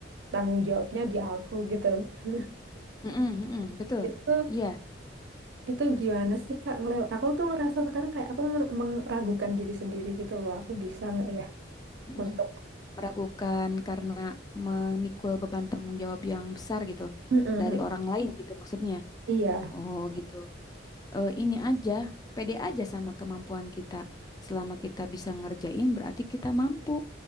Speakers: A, on the right (about 75°); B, on the left (about 20°).
A: tanggung jawabnya di aku gitu. <laughs>
B: Mm-mm, mm-mm, betul.
A: Itu
B: Iya,
A: itu gimana sih Kak? Ngelew aku tuh ngerasa sekarang kayak aku meng- meragukan diri sendiri gitu loh. Aku bisa nggak ya
B: mm-mm.
A: untuk
B: Meragukan karena memikul beban tanggung jawab yang besar gitu
A: Mm-mm.
B: dari orang lain gitu maksudnya.
A: Iya,
B: Oh gitu. Eh, ini aja, pede aja sama kemampuan kita. Selama kita bisa ngerjain berarti kita mampu.